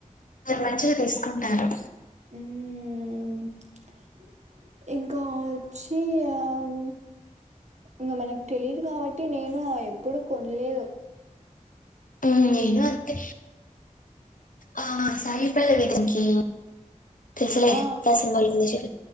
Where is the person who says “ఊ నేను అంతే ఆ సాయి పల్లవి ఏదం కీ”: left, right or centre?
Left